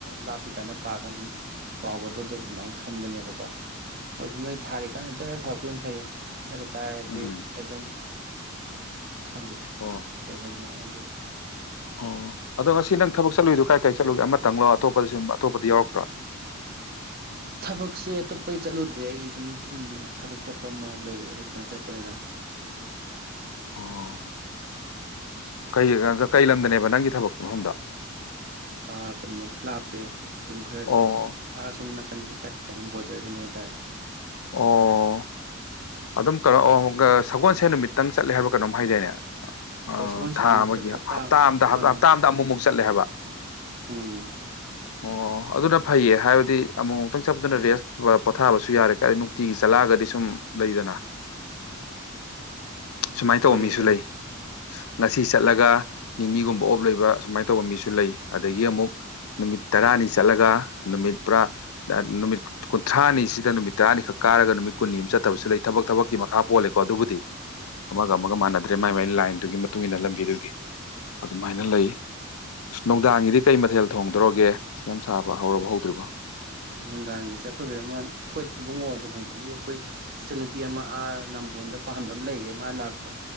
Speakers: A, on the right; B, on the left.
A: ꯂꯥꯞꯄꯤ ꯀꯥꯟꯗ ꯄꯥ ꯀꯥꯟ ꯑꯗꯨꯝ ꯀꯥꯎꯒꯗ꯭ꯔꯣ ꯑꯗꯨ ꯑꯗꯨꯃꯥꯏꯅ ꯈꯟꯕꯅꯦꯕꯀꯣ ꯍꯣꯏ ꯑꯗꯨ ꯅꯣꯏ ꯊꯥꯔꯤ ꯀꯥꯟꯗ ꯖꯔ ꯊꯥꯗꯣꯛꯈꯤꯝꯅ ꯐꯩꯌꯦ ꯅꯠꯇ ꯇꯥꯔꯒꯗꯤ
B: ꯎꯝ
A: ꯑꯗꯨꯝ ꯈꯪꯗꯦꯗ
B: ꯑꯣ
A: ꯀꯩ ꯍꯥꯏꯗꯣꯏꯅ ꯑꯗꯨ
B: ꯑꯣ ꯑꯗꯣ ꯉꯁꯤ ꯅꯪ ꯊꯕꯛ ꯆꯠꯂꯨꯏꯗꯣ ꯀꯥꯏ ꯀꯥꯏ ꯆꯠꯂꯨꯒꯦ ꯑꯃꯇꯪꯂꯣ ꯑꯇꯣꯞꯄꯗꯤ ꯁꯨ ꯑꯇꯣꯞꯄꯗꯤ ꯌꯥꯎꯔꯛꯇ꯭ꯔꯥ <inaudible>
A: ꯊꯕꯛꯁꯦ ꯑꯇꯣꯞꯄꯩ ꯆꯠꯂꯨꯗ꯭ꯔꯦ ꯑꯩꯒꯤ ꯁꯨꯝ ꯊꯕꯛ ꯆꯠꯄ ꯑꯃ ꯂꯩꯕꯗꯣ ꯑꯗꯨ ꯈꯛꯇꯪ ꯆꯠꯄꯅꯤꯗ꯫
B: ꯑꯣ ꯀꯩ ꯖꯒꯥꯗ ꯀꯩ ꯂꯝꯗꯅꯦꯕ ꯅꯪꯒꯤ ꯊꯕꯛ ꯃꯐꯝꯗꯣ꯫
A: ꯑꯥ ꯀꯩꯅꯣ ꯂꯥꯞꯄꯦ ꯑꯗꯨꯝ ꯈꯔꯗꯤ꯫
B: ꯑꯣ
A: ꯑꯥ ꯑꯁꯣꯝ ꯅꯥꯀꯟꯗ ꯇꯥꯏ <unintelligible> ꯕꯣꯔꯗꯔꯗꯅꯦ ꯍꯥꯏꯇꯥꯔꯦ꯫
B: ꯑꯣ ꯑꯗꯨꯝ ꯀꯩꯅꯣ ꯑꯣ ꯁꯒꯣꯜꯁꯦꯟ ꯅꯨꯃꯤꯠꯇꯪ ꯆꯠꯂꯦ ꯍꯥꯏꯕ꯭ꯔ ꯀꯩꯅꯣꯝ ꯍꯥꯏꯗꯥꯏꯅꯦ꯫ ꯑ
A: ꯍꯣꯏ ꯁꯒꯣꯜꯁꯤꯗꯪ
B: ꯊꯥ ꯑꯃꯒꯤ
A: ꯆꯠꯂꯦ
B: ꯍꯞꯇꯥ ꯑꯃꯗ
A: ꯑꯥ
B: ꯍꯞꯇꯥ ꯑꯃꯗ ꯑꯃꯨꯛꯃꯨꯛ ꯆꯠꯂꯦ ꯍꯥꯏꯕ꯫
A: ꯎꯝ꯫
B: ꯑꯣ ꯑꯗꯨꯅ ꯐꯩꯌꯦ ꯍꯥꯏꯕꯗꯤ ꯑꯃꯨꯃꯨꯛꯇꯪ ꯆꯠꯄꯗꯨꯅ ꯔꯦꯁ ꯄꯣꯊꯥꯕꯁꯨ ꯌꯥꯔꯦ ꯀꯥꯏꯗꯩ ꯅꯨꯡ ꯇꯤꯒꯤ ꯆꯠꯂꯛꯑꯒꯗꯤ ꯁꯨꯝ ꯂꯩꯗꯅ꯫ ꯁꯨꯃꯥꯏꯅ
A: ꯍꯣꯏ
B: ꯇꯧꯕ ꯃꯤꯁꯨ
A: ꯑꯗꯨꯅꯦ
B: ꯂꯩ꯫ ꯉꯁꯤ ꯆꯠꯂꯒ ꯅꯤꯅꯤꯒꯨꯝꯕ ꯑꯣꯞ ꯂꯩꯕ ꯁꯨꯃꯥꯏꯅ ꯇꯧꯕ ꯃꯤꯁꯨ ꯂꯩ ꯑꯗꯒꯤ ꯑꯃꯨꯛ ꯅꯨꯃꯤꯠ ꯇꯔꯥꯅꯤ ꯆꯠꯂꯒ ꯅꯨꯃꯤꯠ ꯄꯨꯔꯥ ꯅꯨꯃꯤꯠ ꯀꯨꯟꯊ꯭ꯔꯥꯅꯤꯁꯤꯗ ꯅꯨꯃꯤꯠ ꯇꯔꯥꯅꯤꯈꯛ ꯀꯥꯔꯒ ꯅꯨꯃꯤꯠ ꯀꯨꯟꯅꯤꯃ ꯆꯠꯇꯕꯁꯨ ꯂꯩ ꯊꯕꯛ ꯊꯕꯛꯀꯤ ꯃꯈꯥ ꯄꯣꯜꯂꯦꯀꯣ ꯑꯗꯨꯕꯨꯗꯤ꯫ ꯑꯃꯒ ꯑꯃꯒ ꯃꯥꯟꯅꯗ꯭ꯔꯦ ꯃꯥꯏ ꯃꯥꯏ ꯂꯥꯏꯟꯗꯨꯒꯤ ꯃꯇꯨꯡ ꯏꯟꯅ ꯂꯝꯕꯤꯗꯨꯒꯤ ꯑꯗꯨꯃꯥꯏꯅ ꯂꯩ꯫ ꯅꯨꯡꯗꯥꯡꯒꯤꯗꯤ ꯀꯩ ꯃꯊꯦꯜ ꯊꯣꯡꯗꯧꯔꯒꯦ ꯁꯦꯝ ꯁꯥꯕ ꯍꯧꯔꯕꯣ ꯍꯧꯗ꯭ꯔꯤꯕꯣ꯫
A: ꯅꯨꯡꯗꯥꯡꯒꯤꯁꯦ ꯑꯩꯈꯣꯏ ꯕꯦꯝꯃ ꯑꯩꯈꯣꯏ ꯏꯕꯨꯡꯉꯣ ꯂꯨꯍꯣꯡꯕꯒꯤ ꯑꯩꯈꯣꯏ ꯏꯆꯟꯅꯨꯄꯤ ꯑꯃ ꯑꯥ ꯅꯝꯕꯣꯟꯗ ꯄꯥꯟꯕ ꯑꯃ ꯂꯩꯌꯦ ꯃꯥ ꯂꯥꯛꯄ